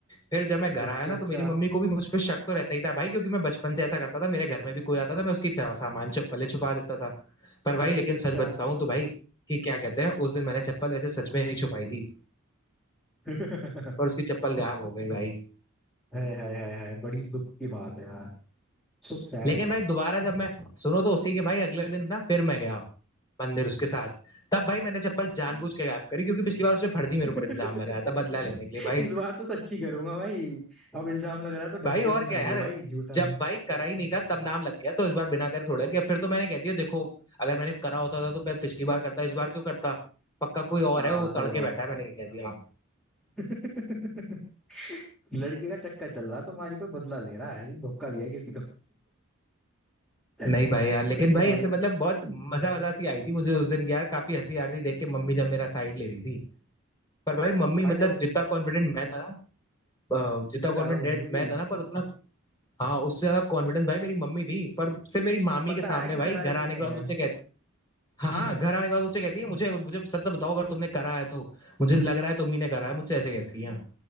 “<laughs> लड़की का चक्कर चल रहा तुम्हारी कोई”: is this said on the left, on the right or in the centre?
Centre